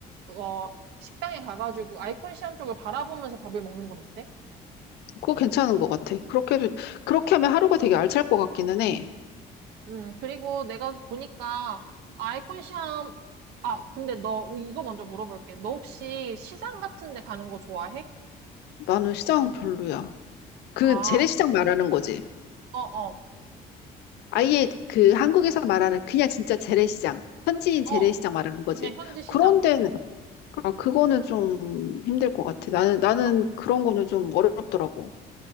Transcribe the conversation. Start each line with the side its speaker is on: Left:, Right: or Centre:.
Right: 어 식당에 가가지고 아이콘 시암 쪽을 바라보면서 밥을 먹는 건 어때?
Left: 그거 괜찮은 것 같아. 그렇게 도 그렇게 하면 하루가 되게 알찰 것 같기는 해.
Right: 음, 그리고 내가 보니까 아이콘 시험, 아, 근데 너 이거 먼저 물어볼게. 너 혹시 시장 같은 데 가는 거 좋아해?
Left: 나는 시장 별로야. 그
Right: 아,
Left: 재래시장 말하는 거지.
Right: 어, 어,
Left: 아예 그 한국에서 말하는 그냥 진짜 재래시장, 현지인
Right: 어,
Left: 재래시장 말하는 거지.
Right: 그냥 현지 시장.
Left: 그런 데는 아 그거는 좀 힘들 것 같아. 나는 나는
Right: 어,
Left: 그런 거는 좀 어렵더라고.